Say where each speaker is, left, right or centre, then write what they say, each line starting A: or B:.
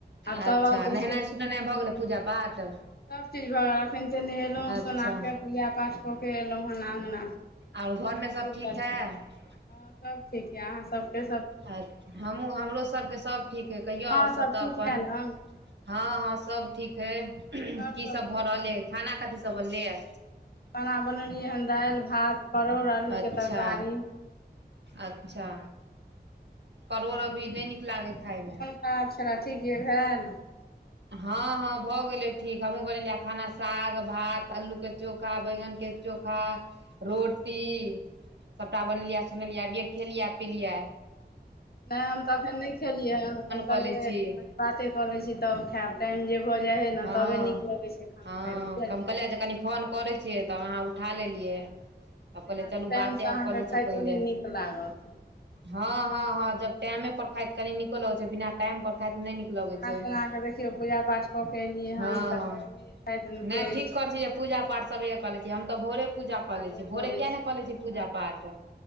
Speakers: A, on the left; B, on the right.
A: आब
B: अच्छा
A: तब आउ तऽ
B: नहेनाइ सोनेनाइ भऽ गेलै पूजा पाठ
A: सभचीज भऽ अखन ते नहेलौ
B: अच्छा
A: सोना कऽ पूजा पाठ कय अयलहुँ हन आङ्गना
B: आओर घरमे
A: <unintelligible>
B: सब ठीक है
A: हँ सब ठीक य अहाँ सबके
B: आ हमहूँ हमरो सबके सब ठीक अइ कहियो आओर
A: माँ
B: सब
A: सभ
B: त
A: ठीक
B: अपन
A: यए ने
B: हँ हँ सब ठीक अई
A: आओर
B: की सब भऽ
A: ठीक
B: रहल
A: छै
B: अई खाना कथी सब बनलै या
A: खाना बनौलियै हन दालि भात परोड़ आलूके
B: अच्छा
A: तरकारी
B: अच्छा परोर अभी नै नीक लागत खायमे
A: सा स ठी गि घन <unintelligible>
B: हँ हँ भऽ गेलै ठीक हमहूँ बनेलिया खाना साग भात अल्लूके चोखा बैगनके चो खा रोटी सबटा बनेलिया सुनेलिया अभिए खेलिया पिलिया
A: नै हम तऽ अखन नै खेलियै हँ कहलियै
B: कऽ लै छी
A: कनि बाते कऽ लै छी तब खायब टाइम जे भऽ जाइ है न
B: हँ
A: तबे नीक लगै छै खाना
B: हँ
A: खाइऽ मे बुझलियाय
B: हम कहलियै जे कनि फोन करै छियै त अहाँ उठा लेलियै हम कहलिय
A: बिना
B: चलू
A: टाइमसँ
B: बाते आब
A: अहाँके
B: कऽ लै छी
A: खाइतो
B: पहिले
A: नहि नीक लागत
B: हँ हँ हँ जब टाइमे पर खाइत कनि नीको लगै छै बिना
A: हँ
B: टाइम पर खाइत नै नीक
A: नहा
B: लगै छै
A: सोना कऽ देखियौ पूजा पाठ कऽ के एलियै
B: हँ
A: हन तऽ
B: हँ
A: खाइके
B: नै ठीक
A: इच्छा
B: क
A: नहि
B: लै छी
A: भेल
B: जे पूजा
A: तऽ
B: पाठ
A: कहलियै
B: सबेरे
A: कनि
B: क लै छि हम तऽ भोरे पूजा
A: बादे
B: कऽ ले छी भोरे
A: लै
B: किया नै कऽ ले छी पूजा
A: बात
B: पाठ